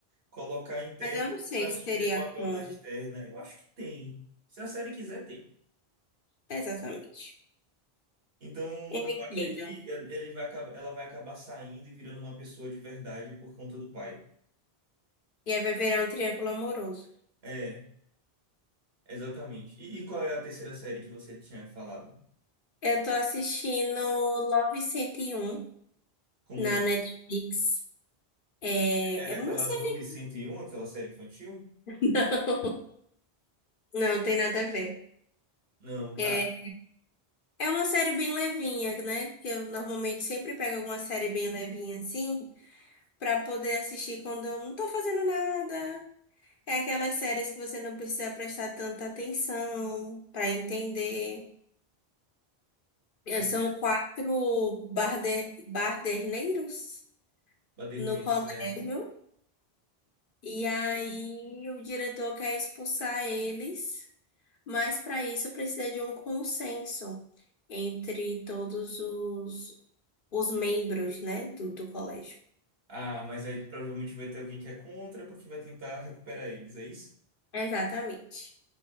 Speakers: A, on the right; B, on the left.
A: colocar a interna
B: Mas eu não sei
A: para
B: se
A: assumir
B: teria
A: o papel
B: como.
A: da externa. Eu acho que tem. Se a série quiser, tem.
B: Exatamente.
A: Então
B: Eu
A: eu
B: entendo.
A: acho que ele ele vai acabar, ela vai acabar saindo e virando uma pessoa de verdade por conta do pai.
B: E aí vai virar um triângulo amoroso.
A: É, exatamente. E, e qual é a terceira série que você tinha falado?
B: Eu tô assistindo Love 101
A: Como
B: na
A: é
B: Netflix. É,
A: É daquela
B: é uma série.
A: Zoe 101, aquela série infantil?
B: <laughs> Não, não tem nada a ver.
A: Não, tá,
B: É, é uma série bem levinha, né? Que eu normalmente sempre pego alguma série bem levinha assim, pra poder assistir quando eu não tô fazendo nada. É aquelas séries que você não precisa prestar tanta atenção pra entender. É,
A: tá.
B: São quatro barde barderneiros
A: Baderneiros,
B: no colégio,
A: é.
B: e aí o diretor quer expulsar eles, mas para isso precisa de um consenso entre todos os, os membros, né, do, do colégio.
A: Ah, mas aí provavelmente vai ter alguém que é contra porque vai tentar recuperar eles, é isso?
B: Exatamente.